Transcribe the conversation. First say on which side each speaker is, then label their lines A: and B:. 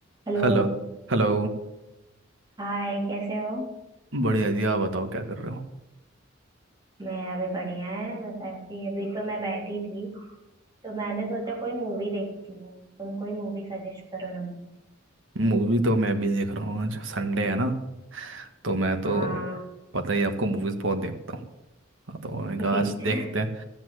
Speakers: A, on the right (about 20°); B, on the right (about 65°).
A: Hello
B: Hello Hello
A: Hi कैसे हो
B: बढ़िया जी आप बताओ क्या कर रहे हो
A: मेरा भी बढ़िया है बस ऐसे ही अभी तो मैं बैठी थी तो मैंने सोचा कोई मूवी देखती हूँ तुम कोई मूवी सजेस्ट करो ना मुझे
B: मूवी तो मैं भी देख रहा हूँ आज संडे है ना तो मैं तो
A: हाँ
B: पता ही है आपको मूवीज बहुत देखता हूँ हाँ, तो मैंने
A: <laughs>
B: कहा आज देखते हैं